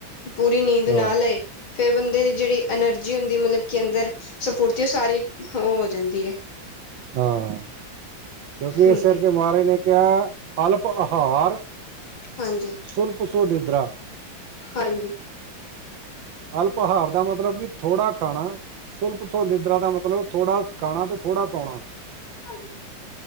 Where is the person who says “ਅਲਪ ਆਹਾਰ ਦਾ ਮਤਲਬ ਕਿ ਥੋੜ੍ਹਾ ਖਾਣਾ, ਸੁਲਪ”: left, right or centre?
Right